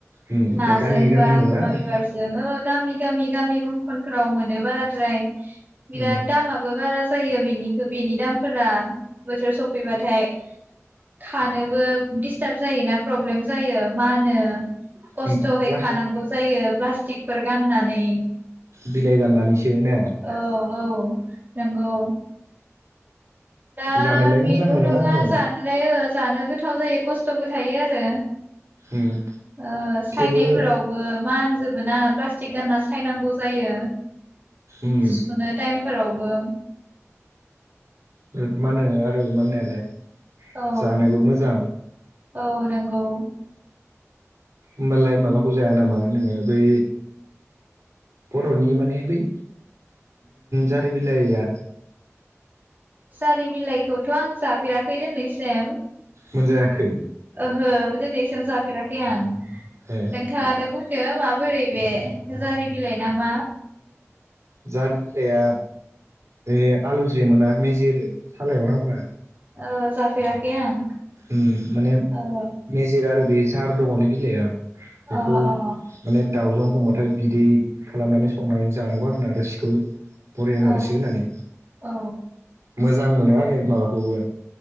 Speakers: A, on the right (about 70°); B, on the right (about 40°).
A: उम
B: नाजों
A: बा गामि गामि
B: बा
A: मोनो
B: खोमा
A: आरो
B: बिबारजों ओ गामि गामि गामि गंखनफोराव मोनो बाराद्राय बिराद
A: उम
B: दामाबो बारा जायो बिनि बेनि दामफोरा बोथोर सफैबाथाय। खानोबो दिस्टार्ब जायोना प्रब्लेम जायो मा होनो खस्थ'यै
A: उम प्लास
B: खानांगौ जायो। प्लास्टिकफोर गाननानै
A: बिलाइ दाननानैसो ना
B: औ औ नंगौ दा
A: जानोलाय
B: बेल'
A: मोजां मोनो
B: नङा
A: आङो
B: जानायलाय ओ जानो गोथाव जायो खस्थ'बो थायो आरो।
A: उम
B: ओ सायनायफोरावबो
A: थेवबो
B: मानजोबो ना थिक गानना सायनांगौ जायो
A: उम
B: सुनो टाइमफोरावबो
A: बिराद मा होनो आरो मानायालाय
B: औ
A: जानोबो मोजां
B: औ नगौ
A: होमबालाय माबाखौ जाया नामा नोङो बै बर'नि माने बै जारि बिलाइया
B: जारि बिलाइखौथ' आं जाफेराखै दिनैसिम
A: मोनजायाखै
B: ओहो दिनैसिम जाफेराखै आं नोंथाङानो
A: ए
B: बुंदों माबोरै बे जारि बिलाइ नामा?
A: जारु बिलाइआ बे आलौज्रे मोना मेजेरो सालायाव नांबा।
B: औ जाफेराखै आं
A: उ माने
B: औ
A: मेजेरो आरो बे सार दंङलै बिलाइआ बेखौ
B: अ अ
A: माने दाउजों बुंबाथाय बिदै खालामनानै संनानै जानांगौ आरोना रोसिखौ बरियानो
B: औ
A: रोसि होना नै
B: औ
A: मो मोजां मोनो आरो माबाखौबो